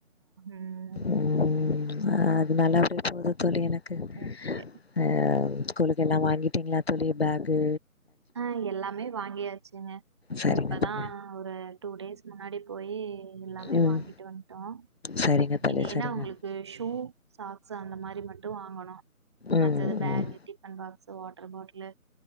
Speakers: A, on the right; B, on the left.
A: ம்.
B: ம் அதுனால இருந்து தோழி எனக்கு
A: ஓகே.
B: ஹ்ம் ஸ்கூலுக்கு எல்லா வாங்கிட்டீங்களா தோழி பேக்கு
A: அஹ் எல்லாமே வாங்கியாச்சுங்க
B: சரிங்க
A: இப்பதா
B: தோழி
A: ஒரு டூ டேஸ் முன்னாடி போயி எல்லாமே
B: ம்
A: வாங்கிட்டு வன்ட்டோம்
B: சரிங்க தோழி
A: இனி என்னா
B: சரிங்க
A: அவங்களுக்கு ஷூ சாக்ஸ் சு அந்த மாரி மட்டு வாங்கணும்
B: ம்
A: மற்றது
B: ம்
A: bag tiffin box water bottle இல்ல